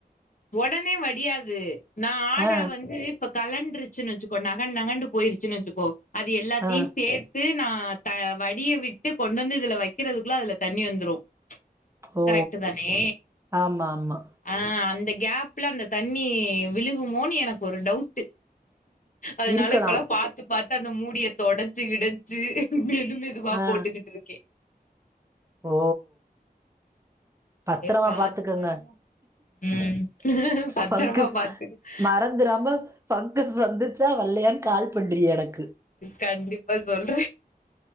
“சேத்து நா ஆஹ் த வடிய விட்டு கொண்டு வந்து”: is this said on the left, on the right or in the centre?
Left